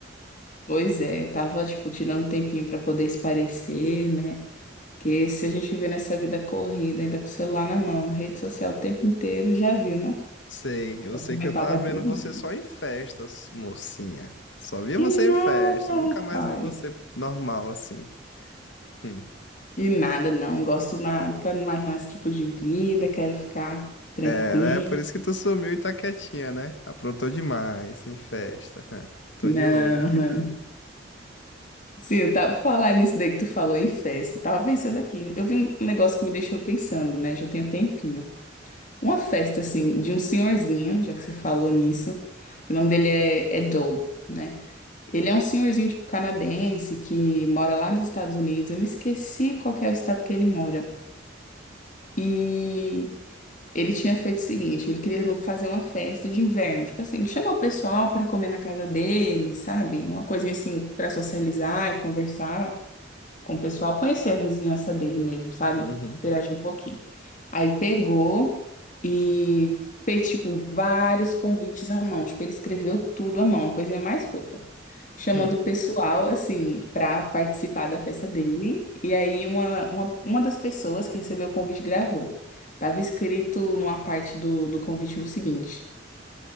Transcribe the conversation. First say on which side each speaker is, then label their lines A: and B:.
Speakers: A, on the left; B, on the left.
A: Pois é, tava tipo tirando um tempinho para poder esparecer, né? Porque se a gente viver nessa vida corrida, ainda com o celular na mão, rede social o tempo inteiro, já viu, né?
B: Sei, eu
A: O
B: sei
A: mental
B: que eu tava
A: vai pro.
B: vendo
A: mundo.
B: você só em festas, mocinha. Só via
A: Que
B: você
A: nada,
B: em festa,
A: rapaz.
B: nunca mais vi você normal assim. Hum.
A: Que nada, não. Gosto nada, quero mais não esse tipo de vida, quero ficar tranquilo.
B: É, né? Por isso que tu sumiu e tá quietinha, né? Aprontou demais em festa. <laughs> Tô
A: Não,
B: de olho.
A: não. Sim, eu tava falando nisso daí que tu falou em festa. Eu tava pensando aqui. né? Eu vi um negócio que me deixou pensando, né? Já tem um tempinho. Uma festa, assim, de um senhorzinho, já que você falou nisso. O nome dele é, é Doug, né? Ele é um senhorzinho, tipo, canadense, que mora lá nos Estados Unidos. Eu me esqueci qual que é o estado que ele mora. E ele tinha feito o seguinte: ele queria fazer uma festa de inverno, tipo assim, chamar o pessoal pra comer na casa dele, sabe? Uma coisinha assim, pra socializar e conversar com o pessoal, conhecer a vizinhança dele mesmo, sabe?
B: Uhum.
A: Interagir um pouquinho. Aí ele pegou e fez, tipo, vários convites à mão. Tipo, ele escreveu tudo à mão, a coisinha mais fofa. Chamando
B: <laughs>
A: o pessoal, assim, pra participar da festa dele. E aí, uma, uma, uma das pessoas que recebeu o convite gravou. Tava escrito numa parte do, do convite o seguinte: